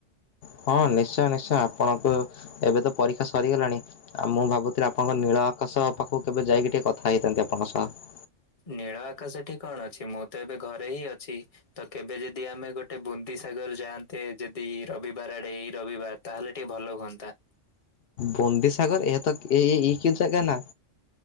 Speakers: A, on the left; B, on the left.
A: ହଁ ନିଶ୍ଚୟ ନିଶ୍ଚୟ ଆପଣଙ୍କୁ ଏବେ ତ ପରୀକ୍ଷା ସରିଗଲାଣି। ଆଉ ମୁଁ ଭାବୁଥିଲି ଆପଣଙ୍କ ନୀଳ ଆକାଶ ପାଖକୁ କେବେ ଯାଇକି ଟିକେ କଥା ହେଇଥାନ୍ତି ଆପଣଙ୍କ ସହ।
B: ନୀଳ ଆକାଶଠି କଣ ଅଛି ମୁଁ ତ ଏବେ ଘରେ ହିଁ ଅଛି। ତ କେବେ ଯଦି ଆମେ ଗୋଟେ ବୁନ୍ଦି ସାଗର ଯାଆନ୍ତେ ଯଦି ରବିବାର ଆଡେ ଏଇ ରବିବାର। ତାହେଲେ ଟିକେ ଭଲ ହୁଅନ୍ତା।
A: ବନ୍ଦିସାଗର ଏତ ଏଇ ଏ କି ଜାଗା ନା?